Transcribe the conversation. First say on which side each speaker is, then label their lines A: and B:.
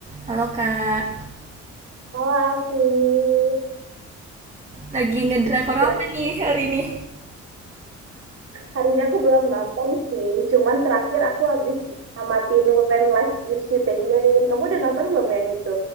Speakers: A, on the right; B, on the right.
A: Halo kak,
B: Oh, Alfi.
A: lagi ngedrakor apa
B: Kira-kira
A: nih hari ini?
B: hari ini aku belum nonton sih. Cuman terakhir aku habis amatin When Life Gives You Tangerine. Kamu udah nonton belum yang itu?